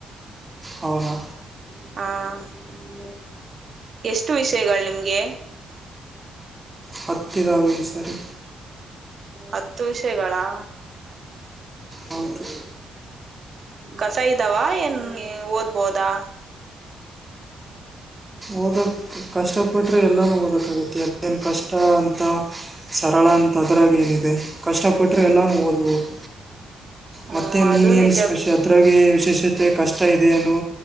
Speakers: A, on the right; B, on the right.
A: ಹೌದಾ
B: <unintelligible> ಎಷ್ಟು ವಿಷಯಗಳು ನಿಮ್ಗೆ
A: ಹತ್ತ ಇದಾವೆ ವಿಷಯಗಳು
B: ಹತ್ತು ವಿಷಯಗಳಾ
A: ಹೌದು
B: ಕಸ ಇದಾವಾ ಏನ್ ಓದಬಹುದಾ
A: ಓದದ್ ಕಷ್ಟಪಟ್ಟರೆ ಎಲ್ಲಾನು ಓದಕ್ಕೆ ಆಗುತ್ತೆ ಅದೇನ್ ಕಷ್ಟ ಅಂತ ಸರಳ ಅಂತ ಅದ್ರಾಗ್ ಏನಿದೆ ಕಷ್ಟಪಟ್ಟರೆ ಎಲ್ಲಾನು ಓದಬಹುದು
B: ಹ್ಮ್
A: ಮತ್ತೆ ನೀನೇನ್
B: ಅದು ನಿಜ
A: ಸ್ಪೆಷಲ್
B: ಬಿಡು
A: ಅದ್ರಾಗೆ ವಿಶೇಷತೆ ಕಷ್ಟ ಇದೆಯೆನೋ